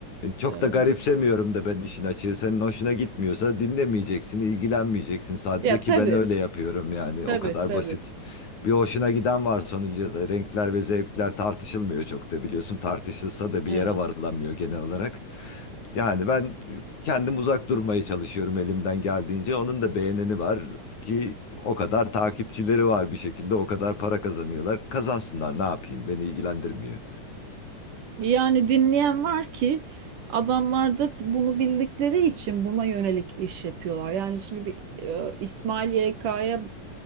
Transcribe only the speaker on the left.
çok
da garipsemiyorum da ben işin açığı. Senin hoşuna gitmiyorsa dinlemeyeceksin, ilgilenmeyeceksin sadece
ki
ben öyle yapıyorum yani
o kadar
basit. Bir hoşuna giden var sonucu renkler ve zevkler tartışılmıyor çok da biliyorsun tartışılsa da bir
yere varılamıyor genel olarak. Yani ben kendim uzak durmaya çalışıyorum elimden geldiğince. Onun da beğeneni var ki o kadar takipçileri var bir şekilde, o kadar para kazanıyorlar. Kazansınlar ne yapayım beni ilgilendirmiyor.